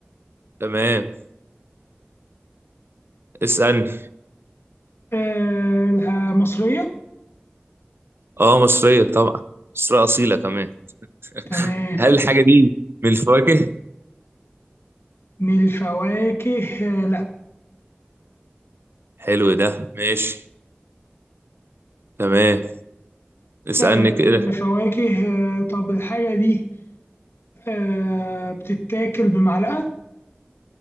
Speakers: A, on the right; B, on the left.
A: تمام اسالني
B: آه الها- مصرية
A: اه مصريه طبعا مصريه اصيله كمان <laughs>
B: تمام
A: هل الحاجه دي من الفواكه
B: من الفواكه آه لا
A: حلو ده ماشي تمام اسألني
B: آه
A: كده
B: فواكه آه طب الحاجة دي آه بتتاكل بمعلقة